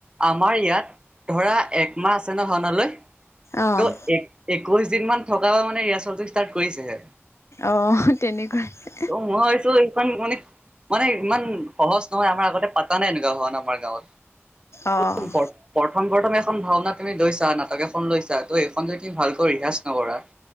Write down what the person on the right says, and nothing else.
আমাৰ ইয়াত ধৰা একমাহ আছে ন ভাওনালৈ
ত' এক - একৈশ দিন ম থকা মানে ৰিয়াৰ্চলটো ষ্টাৰ্ট কৰিছেহে।
ত' মইছো এইখন মানে মানে ইমান সহজ নহয় আমাৰ আগতে পাতা নাই এনেকুৱা ঘণ আমাৰ গাঁৱত
প্ৰথম ঘৰ প্ৰথম এখন ভাওনা তুমি লৈছা নাটক এখন লৈছা ত সখন তুমি ভালকৈ ৰিহাজ নকৰা